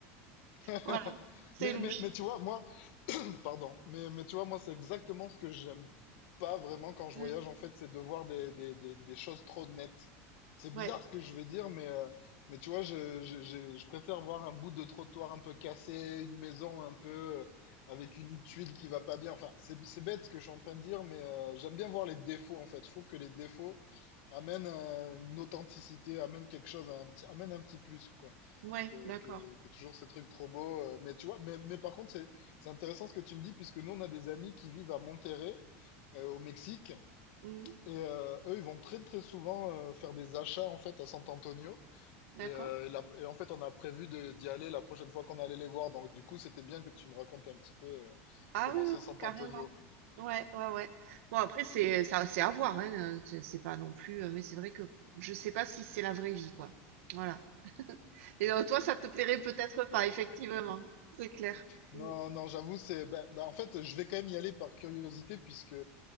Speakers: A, on the left (about 60°); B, on the right (about 80°).
A: <laughs>
B: Voilà, c'est
A: Mais,
B: louche.
A: mais, mais tu vois, moi, <coughs> Pardon. Mais, mais tu vois, moi, c'est exactement ce que j'aime pas vraiment quand je
B: Mmh,
A: voyage, en fait, c'est de voir des, des, des, des choses trop nettes. C'est bizarre
B: ouais,
A: ce que je vais dire, mais, euh, mais tu vois, je, je, je, je préfère voir un bout de trottoir un peu cassé, une maison un peu euh, avec une tuile qui va pas bien. Enfin, c'est, c'est bête ce que je suis en train de dire, mais euh, j'aime bien voir les défauts, en fait. Je trouve que les défauts amènent euh, une authenticité, amènent quelque chose, un petit, amènent un petit plus, quoi
B: ouais,
A: que,
B: d'accord.
A: que, que toujours ces trucs trop beaux. euh, Mais tu vois, mais, mais par contre, c'est, c'est intéressant ce que tu me dis, puisque nous, on a des amis qui vivent à Monterrey, euh, au Mexique,
B: Mmh
A: et euh, eux, ils vont très très souvent euh, faire des achats en fait à San Antonio.
B: d'accord.
A: Et, euh, et la- et en fait, on a prévu de, d'y aller la prochaine fois qu'on allait les voir. Donc, du coup, c'était bien que tu me racontes un petit peu euh,
B: Ah
A: comment
B: oui, oui,
A: c'est San
B: oui, carrément.
A: Antonio.
B: Ouais, ouais, ouais. Bon, après, c'est ça, c'est à voir, hein. euh, C'est c'est pas non plus. euh, Mais c'est vrai que je sais pas si c'est la vraie vie, quoi. Voilà. <laughs> Et donc, toi, ça te plairait peut-être pas, effectivement. C'est clair.
A: Non,
B: Mm.
A: non, j'avoue, c'est, bah, bah, en fait, je vais quand même y aller par curiosité, puisque